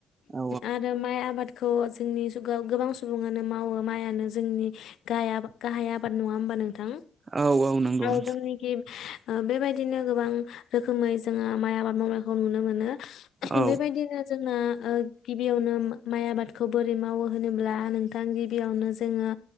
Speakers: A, on the right; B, on the left.
A: औ
B: आरो माइ आबाद खौ जोंनि जुगाव गोबां सुबुङानो मावो माइआनो जोंनि गाय आब- गाहाय आबा द नङा होमबा नोंथां
A: औ नंगौ
B: औ
A: नोंथां
B: जोंनिखि ओ बेबायदिनो गोबां रोखोमै जोङो माइ आबाद मावनायखौ नुनो मोनो।
A: औ
B: बेबायदिनो जोंना गिबियावनो माइ आबादखौ बोरै मावो होनोब्ला नोंथां गिबियावनो जोङो